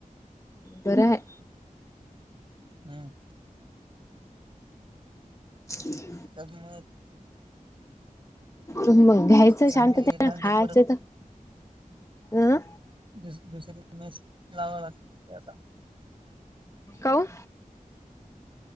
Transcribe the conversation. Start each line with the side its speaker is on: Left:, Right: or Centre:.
Left: बरं हाय
Right: हम्म
Left: ह
Right: तेच्यामुळ
Left: मग घ्यायचं
Right: चांगली
Left: शांततेन
Right: एखादी
Left: अन् खायचं
Right: परत
Left: तर अं
Right: द दुसरी मेस लावा लागते आता
Left: कौन